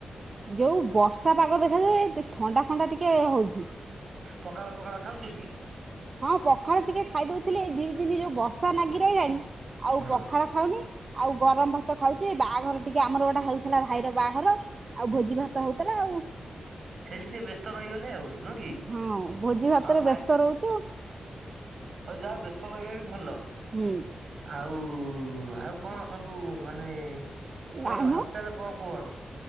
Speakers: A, on the right (about 35°); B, on the right (about 60°).
A: ଯୋଉ ବର୍ଷା ପାଗ ଦେଖାଯାଉ ଥଣ୍ଡା ଫଣ୍ଡା ଟିକେ ହଉଚି।
B: ପଖାଳ ପଖାଳ ଖାଉଚ କି?
A: ହଁ ପଖାଳ ଟିକେ ଖାଇଦଉଥିଲି ଏ ଦି ଦିନି ଯୋଉ ବର୍ଷା ନାଗି ରହିଲାଣି ଆଉ
B: ହଁ।
A: ପଖାଳ ଖାଉନି ଆଉ ଗରମ ଭାତ ଖାଉଚି ବାହାଘର ଟିକେ ଆମର ଗୋଟା ହଉଥିଲା ଭାଇର ବାଘର ଆଉ ଭୋଜି ଭାତ ହଉଥିଲା ଆଉ।
B: ସେଇଟି ସେ ବ୍ୟସ୍ତ ରହିଗଲେ ଆଉ ନୁହଁ କି?
A: ହଁ ଭୋଜି ଭାତରେ
B: ହଉ ଭାଇ
A: ବ୍ୟସ୍ତ ରହୁଚୁ।
B: ଯାହା ହଉ ବ୍ୟସ୍ତ ରହିବା ବି ଭଲ।
A: ହୁଁ।
B: ଆଉ ଆଉ କଣ ସବୁ ମାନେ
A: ନାଇଁ
B: କଣ ସବୁ
A: ମ
B: ହାଲ୍ ଚାଲ୍ କଣ କୁହନ୍ତ